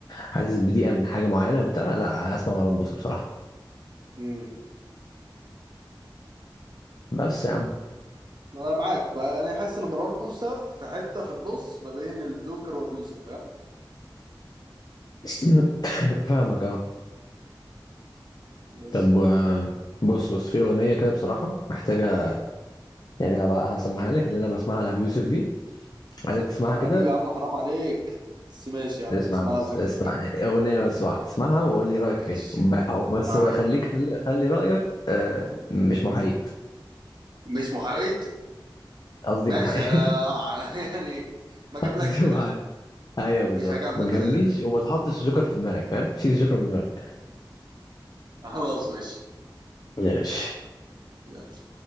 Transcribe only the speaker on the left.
حاسس بضيقه من حاجه معينه وبتاع لا هسمع مروان موسى بصراحه
بس يا عم
<laughs> فاهمك اه
طب
آه، بص بص في اغنيه كده بصراحه محتاجه يعني هبقى هسمعها لك اللي انا بسمعها لابي يوسف دي عايزك تسمعها كده
اسمع
بس
اسمع اغنيه بس واحده اسمعها وقول لي رايك
فيها ب- أو بس
بقى خليك خلي خلي رايك آه مش محايد
قصدي
محايد
<laughs>
قصدي
محايد
ايوه بالظبط
ما تجامليش
وما تحطش الجوكر في دماغك فاهم شيل الجوكر من دماغك
ماشي